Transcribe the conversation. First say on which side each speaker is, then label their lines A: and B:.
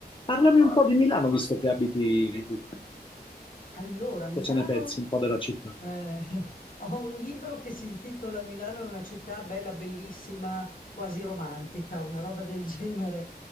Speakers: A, on the left (about 30°); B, on the left (about 55°).
A: Parlami un po' di Milano, visto che abiti lì.
B: Allora, Milano,
A: Cosa ne pensi un po' della città?
B: eh, <laughs> ho un libro che si intitola Milano è una città bella, bellissima, quasi romantica, una roba del <laughs> genere.